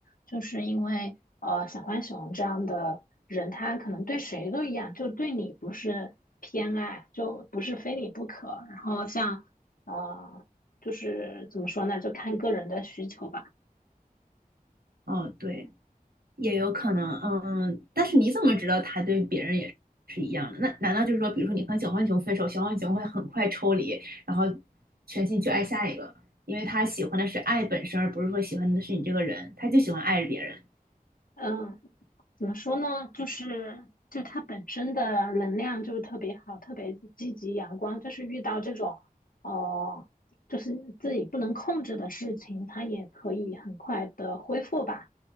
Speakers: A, on the left; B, on the right.
A: 就是因为呃，小浣熊这样的人，他可能对谁都一样，就对你不是偏爱，就不是非你不可。然后像呃，就是怎么说呢，就看个人的需求吧。
B: 哦，对。也有可能，嗯，但是你怎么知道他对别人也是一样的？那难道就是说，比如说你和小浣熊分手，小浣熊会很快抽离，然后全心去爱下一个，因为他喜欢的是爱本身，而不是说喜欢的是你这个人，他就喜欢爱着别人。
A: 嗯。怎么说呢？就是就它本身的能量就特别好，特别积极阳光。就是遇到这种哦、呃就是自己不能控制的事情，它也可以很快的恢复吧，